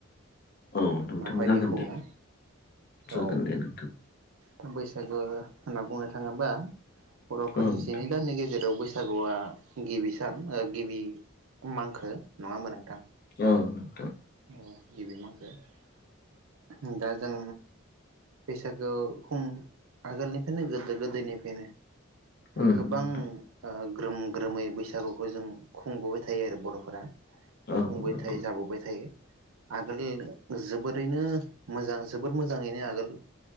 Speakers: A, on the left; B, on the right.
A: औ नोंथां
B: माबायदि
A: जागोन
B: खुंङो‌
A: दे जागोन
B: औ
A: दे नोंथां
B: औ बैस गो होनना बुंनो थाङोबा बर'फोरनि
A: औ नोंथां
B: जिनै दाननि गेजेराव बोस सागुआ गिबि सान गिबि मांखो नङा होमबा नोंथां?
A: औ नोंथां।
B: उम गिबि मांखो दा जों बैसागोआ खम आगोलनिफायनो गोदो गोदायनिफायनो
A: उम
B: गोबां
A: नोंथां
B: ओ ग्रोम ग्रोमै बैसागुखौ जों, खुंबोबाय थायो आरो बर'फोरा।
A: औ
B: हमबाय
A: नंगौ
B: थायो जाबोबबाय थायो। आगोलनि जोबोरैनो मोजां जोबोर मोजाङैनो, आगोल